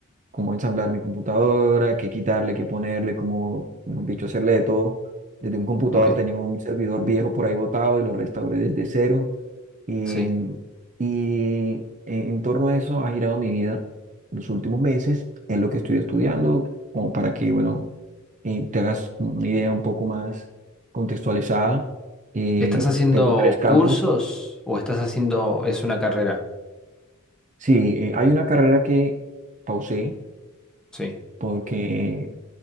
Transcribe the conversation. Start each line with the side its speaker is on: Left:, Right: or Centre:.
Right: cómo ensamblar mi computadora, qué quitarle, qué ponerle, cómo, mejor dicho, hacerle de todo. Desde un computador
Centre: Ok,
Right: tenía un servidor viejo por ahí botado y lo restauré desde cero. Y,
Centre: sí.
Right: y en, en torno a eso ha girado mi vida los últimos meses, es lo que estoy estudiando, como para que, bueno, eh, te hagas una idea un poco más contextualizada. Eh,
Centre: ¿Estás haciendo
Right: tengo tres campos
Centre: cursos o estás haciendo, es una carrera?
Right: Sí, eh, hay una carrera que pausé
Centre: Sí,
Right: porque,